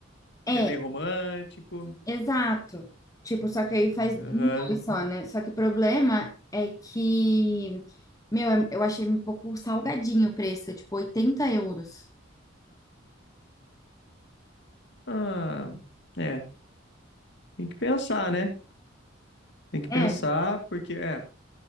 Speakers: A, on the left; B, on the left.
A: É,
B: que é meio romântico.
A: exato. Tipo, só que aí faz em
B: Aham.
A: dois só, né? Só que o problema é que, meu, eu achei um pouco salgadinho o preço, é tipo 80 euros.
B: Ah, é, tem que pensar, né? Tem que
A: É,
B: pensar, porque é.